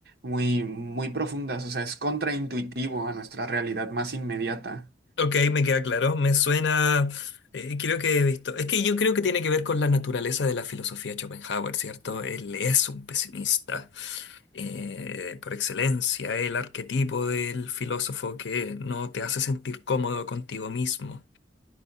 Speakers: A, on the right; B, on the left.
A: Muy, muy profundas, o sea, es contraintuitivo a nuestra realidad más inmediata.
B: Ok, me queda claro. Me suena. eh, creo que he visto. Es que yo creo que tiene que ver con la naturaleza de la filosofía de Schopenhauer, ¿cierto? Él es un pesimista eh, por excelencia, el arquetipo del filósofo que no te hace sentir cómodo contigo mismo.